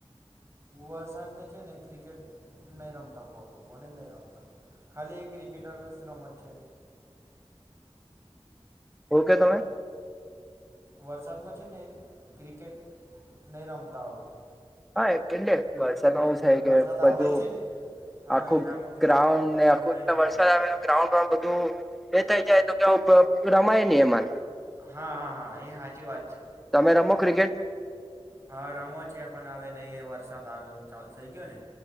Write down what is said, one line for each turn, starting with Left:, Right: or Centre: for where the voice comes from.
Right: વરસાદ મે છે ને ક્રિકેટ નહી રમતા ફાવતું કોને જ નહી રમતા ખાલી એ ક્રિકેટરો ની જ રમત છે
Centre: હુ કે તમે
Right: વરસાદમાં છે ને ક્રિકેટ નહી રમતા આવતું
Centre: હા એ કે લ વરસાદમાં છે
Right: એ
Centre: કે
Right: વરસાદ આવે
Centre: બધું
Right: છે ને હા
Centre: આખું
Right: એનામાં ક્રિકેટ
Centre: ગ્રાઉન્ડ
Right: બરોબર
Centre: ને આખું
Right: નહીં રમતા
Centre: વરસાદ
Right: આવતું
Centre: આવે તો ગ્રાઉન્ડ એ થઈ જાય તો કે રમાય નહી એમાં
Right: હા હા હા એ સાચી વાત છે
Centre: તમે રમો ક્રિકેટ
Right: હા રમો છે પણ આવે નહી એ વરસાદ આવે ચાલતો થઈ ગયો ને